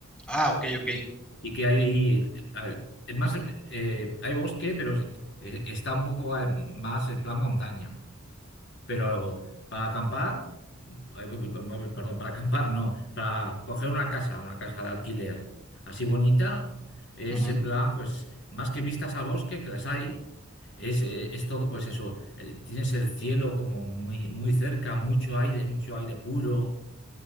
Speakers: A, in the centre; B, on the left.
A: Ah, ok, ok.
B: Y que hay, hay- es más, eh, hay bosque, pero es- eh, está un poco eh, más en plan montaña. Pero para acampar, eh, perdón, para acampar no, para coger una casa, una casa de alquiler así bonita, es
A: Ujú.
B: en plan, pues, más que vistas al bosque, que las hay, es, eh, es todo, pues eso, eh, tienes el cielo como muy, muy cerca, mucho aire, mucho aire puro.